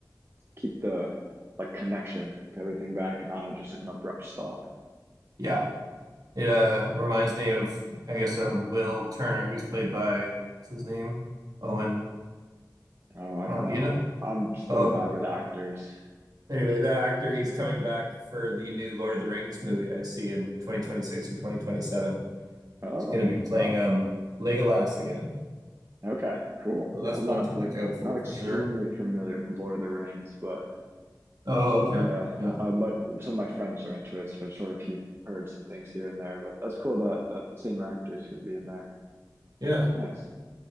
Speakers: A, on the right (about 35°); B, on the right (about 60°).
A: keep the like connection to everything back and not have just like an abrupt stop.
B: Yeah. It uh reminds me of I guess uh, Will Turner who's played by what's his name? Owen
A: Oh, I
B: oh
A: don't know.
B: do you know
A: I'm so
B: oh
A: bad with actors.
B: anyway that actor he's coming back for the new Lord of the Rings movie I see in 2026 or 2027.
A: Oh,
B: He's going to be playing
A: wow.
B: um Legolas again.
A: Okay, cool.
B: So that's
A: I'm not
B: one to look out for
A: not extremely
B: for sure.
A: familiar with Lord of the Rings, but
B: Oh okay.
A: uh,
B: Yeah.
A: uh, but some of my friends are into it, so I've sort of he heard some things here and there. But that's cool that that same actor is going to be in there.
B: Yeah.
A: Nice.